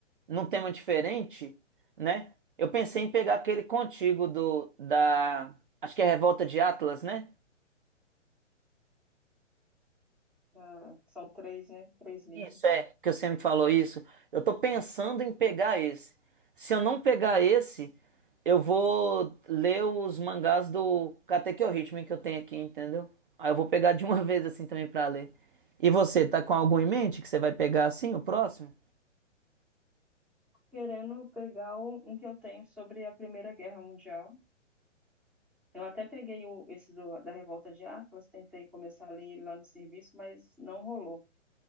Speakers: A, on the right; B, in the centre.
A: num tema diferente, né? Eu pensei em pegar aquele contigo do da, acho que é a Revolta de Atlas, né?
B: Ah, são três, né? Três livros.
A: Isso é, que você me falou isso. Eu tô pensando em pegar esse. Se eu não pegar esse, eu vou ler os mangás do Katekyo Hitman que eu tenho aqui, entendeu? Aí eu vou pegar de uma <laughs> vez assim também pra ler. E você, tá com algum em mente que você vai pegar assim, o próximo?
B: Querendo pegar um, um que eu tenho sobre a Primeira Guerra Mundial, Eu até peguei o, esse do- da Revolta de Atlas, tentei começar a ler ele lá no serviço, mas não rolou.